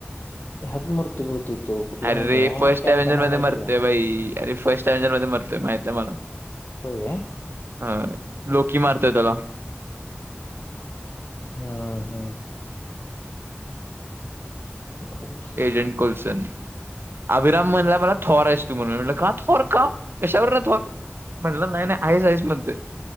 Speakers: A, on the left; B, on the right.
A: ह्यात मृत्यू होती तो कुठला
B: अरेे
A: माहितीय काय
B: फर्स्ट
A: कॅप्टन
B: अव्हेंजर मध्ये
A: अमेरिकेचा
B: मरतेय बाई अर फस्ट डिंजन मध्ये मरतय माहित आहे मला
A: होय काय
B: हां. लोकी मारतय त्याला
A: हम्म हम्म बरोबर
B: एजंट कोल्सन अभिराम म्हणला मला थोर आहेस तू म्हण म्हट का थोर का कशावर तो म्हटलं नाही नाही आहेस आहेस म्हणते